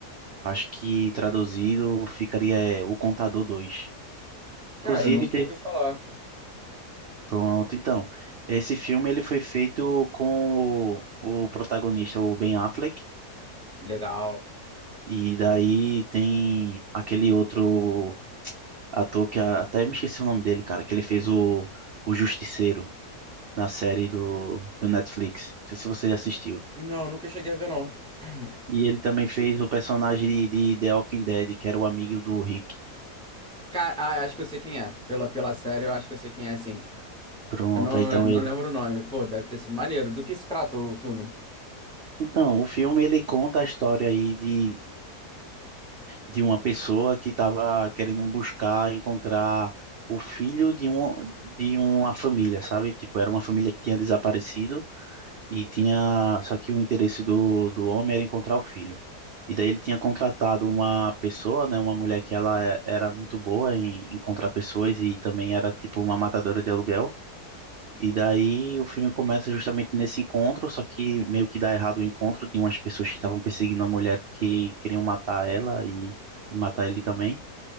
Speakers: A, on the right (about 70°); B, in the centre.
A: Acho que traduzido ficaria é, O Contador Dois Inclusive,
B: Cara, nunca
A: te...
B: ouvi falar.
A: pronto, então. Esse filme ele foi feito com o, o protagonista, o Ben Affleck.
B: Legal.
A: E daí tem aquele outro ator que a- até me esqueci o nome dele, cara, que ele fez o, o Justiceiro. na série do, do Netflix. Não sei se você assistiu.
B: Não, nunca cheguei a ver, não. <clears throat>
A: E ele também fez o personagem de, de The Walking Dead, que era o amigo do Rick.
B: Cara, ah, acho que eu sei quem é. Pela, pela série, eu acho que eu sei quem é, sim.
A: Pronto,
B: Eu não,
A: então
B: eu não
A: ele.
B: lembro o nome. Pô, deve ter sido maneiro. Do que se trata o filme?
A: Então, o filme ele conta a história aí de, de uma pessoa que estava querendo buscar, encontrar o filho de, um, de uma família, sabe? Tipo, era uma família que tinha desaparecido. e tinha só que o interesse do, do homem era encontrar o filho. E daí ele tinha contratado uma pessoa, né, uma mulher que ela é- era muito boa em encontrar pessoas e também era tipo uma matadora de aluguel. E daí o filme começa justamente nesse encontro, só que meio que dá errado o encontro, tem umas pessoas que estavam perseguindo a mulher porque queriam matar ela e, e matar ele também.